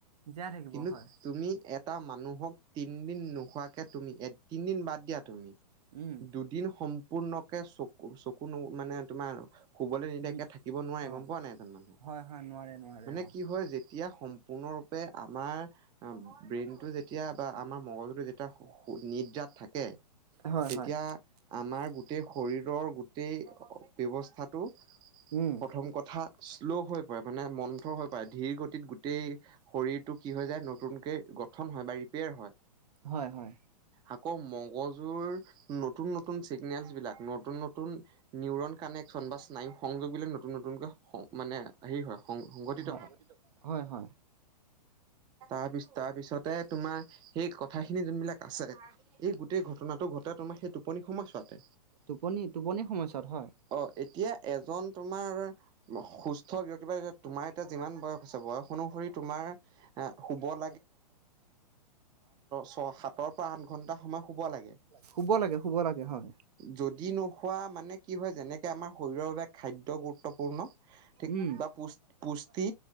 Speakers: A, on the right (about 65°); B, on the right (about 20°).
A: জীয়াই থাকিব
B: কিন্তু
A: হয়
B: তুমি এ এটা মানুহক তিনদিন নোখোৱাকে তুমি এ তিনদিন বাদ দিয়া তুমি।
A: উম
B: দুদিন সম্পূৰ্ণকে চকু চকু ন মানে তোমাৰ শুবলে নিদিয়াকে
A: উম
B: থাকিব নোৱাৰে
A: অ
B: গম পোৱা নাই এজন মানুহ।
A: হয় হয় নোৱাৰে নোৱাৰে
B: মানে
A: অ
B: কি হয় যে তিয়া সম্পূৰ্ণৰূপে আমাৰ আ ব্ৰেইনটো যেতিয়া বা আমাৰ মগজুটো যেতিয়া শু সু নিদ্ৰাত থাক কে
A: হয়
B: তেতিয়া
A: হয়
B: আমাৰ গোটেই শৰীৰৰ গোটেই অ', ব্যৱস্থাত টো প্ৰথম
A: উম
B: কথা শ্ল' হৈ পৰে, মানে মন্থ হৈ পাই ধীৰ গতিত গোটেই শৰীৰটো কি হৈ যায় নতুনকে গঠন হয় বা ৰিপেয়াৰ হয়
A: হয়, হয়।
B: আকৌ মগজুৰ নতুন নতুন চিগনেলচ বিলাক, নতুন নতুন নিউৰন কান চন বা স্নায়ু সংযোগিলে নতুন নতুনকৈ সং মানে হেৰি হয় সং সংঘটিত
A: হয়, হয়, হয়
B: তাৰ পিছ তাৰ পিছতে তোমাৰ সেই কথাখিনি যোনবিলাক আছে, এই গোটেই ঘটনাটো ঘটে তোমাৰ সেই টোপনি সময়ছোৱাতে।
A: টোপনি, টোপনি সময়ছোৱাত হয়,
B: অ' এতিয়া এজন তোমাৰ সুস্থ ব্যক্তি বা এতিয়া তোমাৰ এতিয়া যিমান বয়স হৈছে, বয়স অনুসৰি তোমাৰ অ, শুবন
A: উম,
B: ছয় সাতৰ পৰা আঠ ঘন্টা সময় শুব লাগে।
A: শুব লাগে। শুব লাগে, হয়।
B: যদি নুশুৱা মানে কি হয়, যেনেকে আমাৰ শ শৰীৰৰ বাবে খাদ্য গুৰুত্বপূৰ্ণ, ঠিক
A: উম
B: বা পু-পুষ্টি